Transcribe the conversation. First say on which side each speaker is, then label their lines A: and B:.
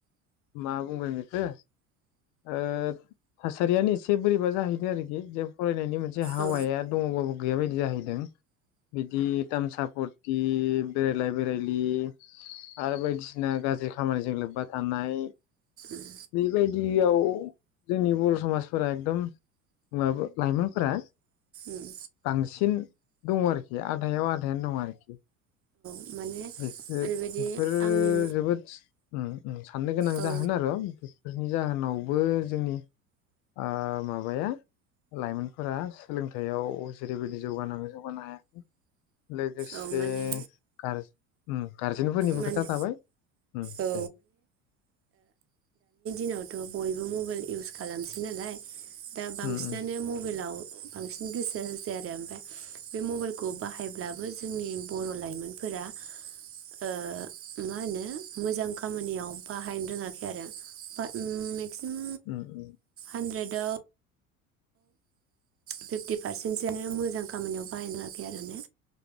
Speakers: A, on the left; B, on the right.
A: मा बुंगोन बेखौ ओ थासारियानो एसे बोरैबा जाहैदों आरोखि। जे फरायनायनि मोनसे हावाया
B: औ
A: दङबाबो। गैया बायदि जाहैदों बिदि दाम सपत बेरायलाय बेरायलि आरो बायदिसिना गाज्रि खामानिजों लोब्बा थानाय
B: उम
A: बेबायदियाव जोंनि बर' समाजफोरा एकदम। <unintelligible> लाइमोनफोरा।
B: उम
A: बांसि सिन दंङ आरोखि आधायाव आधायानो दं आरोखि।
B: औ। माने
A: बे
B: ओरैबायदि
A: बेफोरो
B: आंनि
A: जोबोद उम उम। साननो गोनां
B: औ
A: जाहोन आरो। बेफोरनि जाहोनावबो जोंनि ओ माबाया लाइमोनफोरा सोलोंथायाव जेरैबायदि जौगानांगौ जौगानो हायाखै। लोगोसे
B: औ माने
A: गाज उम। गारजेनफोरनिबो
B: माने
A: खोथा थाबाय <unintelligible>
B: औ जोंनावथ' बयबो मबाइल इउस खालामसै नालाय। दा बांसिनानो
A: उम उम
B: मबाइलाव। बांसिन गोसो होसै आरो ओमफाय। बे मबाइलखौ बाहायब्लाबो जोंनि बर' लाइमोनफोरा ओ मा होनो मोजां खामानियाव बाहायनो रोङाखै आरो बा उम मेक्सिम
A: उम उम
B: हानद्रेड आव फिफ्टि पारसेन्टसोयानो मोजां खामानियाव बाहायनो रोंङाखै आरो ने